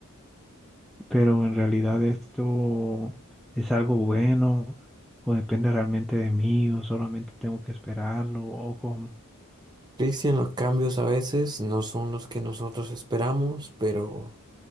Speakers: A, in the centre; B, on the right.
A: pero en realidad esto es algo bueno o depende realmente de mí o solamente tengo que esperarlo o cómo.
B: Cristian, los cambios a veces no son los que nosotros esperamos, pero